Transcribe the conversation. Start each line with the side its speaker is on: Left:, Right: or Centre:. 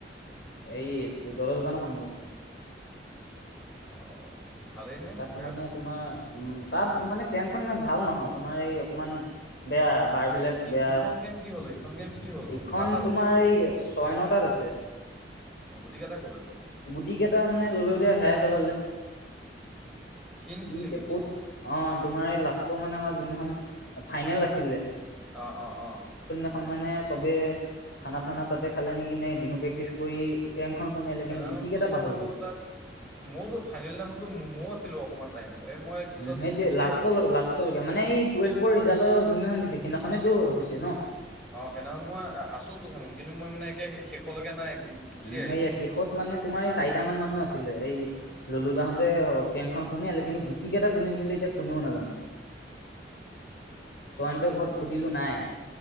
Left: এই তোৰ দলৰ দোকানৰ সন্মুখত
Centre: অ ভালেই নে
Left: তাত
Centre: জেগাটো
Left: মানে তোমাৰ উম তাত মানে কেম্পখন ইমান ভাল নহয় তোমাৰ এই অকমান বেয়া <unintelligible> বাৰবিলাক
Centre: ই
Left: বেয়া
Centre: ইখন গেম কি হ'ল ইখন গেম কি হ'ল নো?
Left: এইখন
Centre: কাৰ তাত আছে
Left: তোমাৰ
Centre: এইখন গেম
Left: এই ছয় নটাত আছে <unintelligible>
Centre: অ গুটিকেইটা ক'ত আছে
Left: গুটিকেইটা মানে ল'লৈ দিয়া হেৰাই পেলালে সি
Centre: সি নিছিল
Left: এতিয়া
Centre: নেকি গুটি
Left: ক'ত অ তোমাৰ এই লাষ্টৰ মানে আমাৰ যোনদিনাখন <unintelligible> ফাইনেল আছিলে
Centre: অ অ অ
Left: এখন মানে চবেই খানা চানা তাতে খালে নিকনে বিহু প্ৰেক্টিচ কৰি <unintelligible> সোমিয়ালে
Centre: ফাইনো
Left: কিন্তু গুটি কেইটা
Centre: টো
Left: পাহৰি গ'ল
Centre: তাত মইতো ফাইনেল দিনাখনো ময়ও আছিলো। অকমান টাইম এ মই পিছত
Left: উ সেইটো
Centre: গুচি
Left: লাষ্টলেকে
Centre: আহিলো
Left: লাষ্টলেকে মানে এই টুৱেল্ভৰ ৰিজালৰ যোনদিনাখন দিছে সেইদিনাখনেতো হৈছে ন?
Centre: অ সেইদিনাখন মই আছো তো সেইনাখন কিন্তু মই মানে একে শেষলেকে নাই। গুচি
Left: উম
Centre: আহিলো
Left: সেইয়া শেষত মানে তোমাৰ এই চাৰিটা মান মানুহ আছে। ছিলে এই ললুদাহতে কেম্পখন সুমি আহিলে কিন্তু গুট কেইটা কোনে নিলে এতিয়া কোনেও নাজানে!
Centre: অ
Left: জয়ন্তৰ ঘৰত
Centre: তেনে
Left: সুধিলো নাই